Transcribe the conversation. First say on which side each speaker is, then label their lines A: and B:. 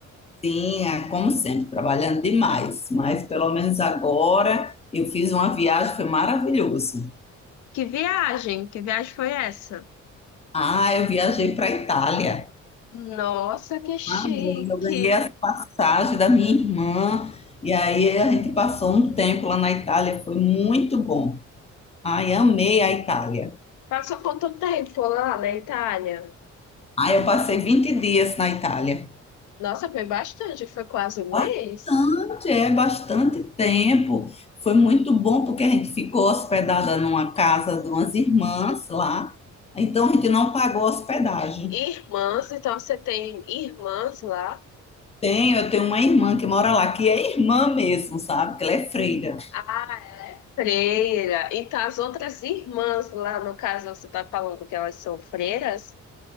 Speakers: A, on the left; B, on the left.
A: Sim, é como sempre, trabalhando demais, mas pelo menos agora eu fiz uma viagem, foi maravilhoso.
B: Que viagem? Que viagem foi essa?
A: Ah, eu viajei para a Itália.
B: Nossa, que chique.
A: Ah, eu ganhei as passagens da minha irmã e aí a gente passou um tempo lá na Itália, foi muito bom. Ai, amei a Itália.
B: Passou quanto tempo lá na Itália?
A: Ah, eu passei 20 dias na Itália.
B: Nossa, foi bastante, foi quase um
A: Bastante,
B: mês.
A: é bastante tempo. Foi muito bom porque a gente ficou hospedada numa casa de umas irmãs lá. Então a gente não pagou hospedagem.
B: Irmãs, então você tem irmãs lá?
A: Tem, eu tenho uma irmã que mora lá, que é irmã mesmo, sabe? Que ela é freira.
B: Ah, Freira. Então, as outras irmãs lá, no caso, você está falando que elas são freiras?